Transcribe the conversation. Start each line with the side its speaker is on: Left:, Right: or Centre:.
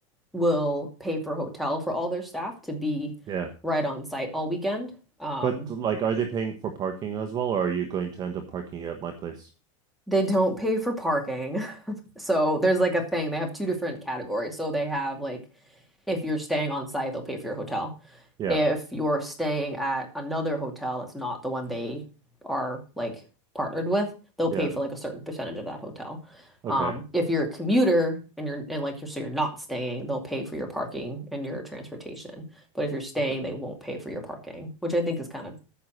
Centre: will pay for hotel for all their staff to be
Right: Yeah.
Centre: right on site all weekend. Um,
Right: But, like, are they paying for parking as well, or are you going to end up parking at my place? <laughs>
Centre: they don't pay for parking. <laughs> So there's like a thing. They have two different categories. So they have like If you're staying on site, they'll pay for your hotel.
Right: Yeah.
Centre: If you're staying at another hotel that's not the one they are like partnered with, they'll
Right: Yeah.
Centre: pay for like a certain percentage of that hotel.
Right: Okay.
Centre: Um, if you're a commuter and you're and like you're so you're not staying, they'll pay for your parking and your transportation. But if you're staying,
Right: okay.
Centre: they won't pay for your parking, which I think is kind of